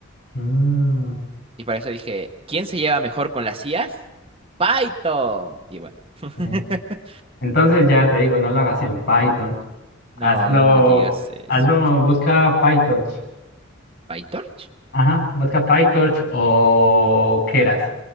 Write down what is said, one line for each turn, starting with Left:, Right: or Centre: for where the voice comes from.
Left: Mm,
Right: Y para eso dije, ¿quién se lleva mejor con las IAs? Python. Y bueno, <laughs>
Left: ok. Entonces ya te digo, no lo hagas en Python. Hazlo,
Right: no, no me digas eso.
Left: hazlo, busca PyTorch.
Right: ¿PyTorch?
Left: Ajá, busca PyTorch o Keras,